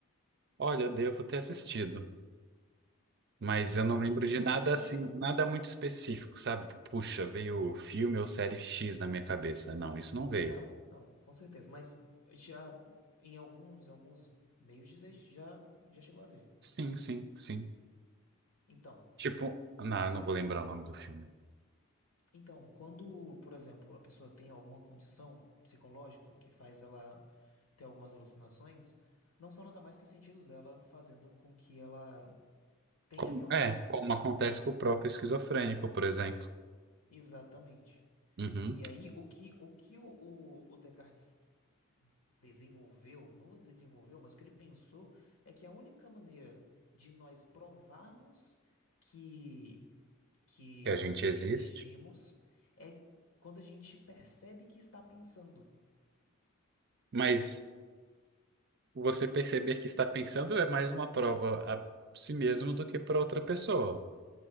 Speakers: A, on the right; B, on the left.
A: Olha, eu devo ter assistido, mas eu
B: Ó,
A: não
B: pro-
A: lembro
B: provavelmente
A: de nada
B: assistiu.
A: assim, nada muito específico, sabe? Puxa, veio filme ou série X na minha cabeça. Não, isso não veio.
B: Não, não, com certeza. Mas já em alguns, alguns meios de- já, já chegou a ver.
A: Sim, sim, sim.
B: Então,
A: Tipo, não, eu não vou lembrar o nome do filme.
B: então, quando, por exemplo, a pessoa tem alguma condição psicológica que faz ela ter algumas alucinações, não são nada mais que os sentidos dela fazendo com que ela tem
A: Como-
B: aquelas
A: é,
B: alucinações.
A: como acontece com o próprio esquizofrênico, por exemplo.
B: Exatamente.
A: Uhum,
B: E aí, o que o, que o, o, o Descartes desenvolveu, não vou dizer desenvolveu, mas o que ele pensou é que a única maneira de nós provarmos que, que
A: que a gente existe,
B: existimos é quando a gente percebe que está pensando.
A: mas você perceber que está pensando é mais uma prova a si mesmo do que para outra pessoa.